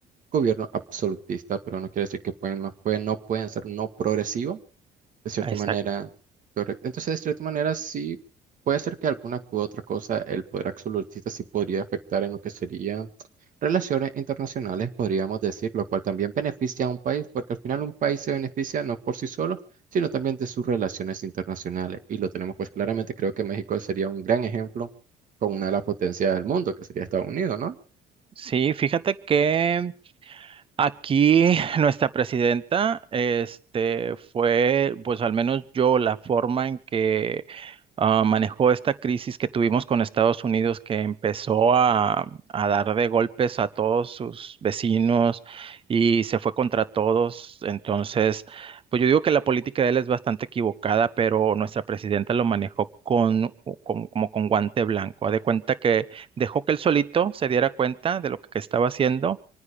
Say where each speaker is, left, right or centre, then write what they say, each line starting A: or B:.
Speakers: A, on the right; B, on the right.
A: gobierno absolutista, pero no quiere decir que pueden, no pueden, no pueden ser no progresivos de cierta
B: Exacto.
A: manera, correcto. Entonces, de cierta manera, sí puede ser que alguna u otra cosa, el poder absolutista sí podría afectar en lo que serían relaciones internacionales, podríamos decir, lo cual también beneficia a un país, porque al final un país se beneficia no por sí solo, sino también de sus relaciones internacionales. Y lo tenemos pues claramente, creo que México sería un gran ejemplo con una de las potencias del mundo, que sería Estados Unidos, ¿no?
B: Sí, fíjate que Aquí nuestra presidenta, este, fue, pues al menos yo, la forma en que ah, manejó esta crisis que tuvimos con Estados Unidos, que empezó a, a dar de golpes a todos sus vecinos y se fue contra todos. Entonces, pues yo digo que la política de él es bastante equivocada, pero nuestra presidenta lo manejó con, con- como con guante blanco. Haz de cuenta que dejó que él solito se diera cuenta de lo que estaba haciendo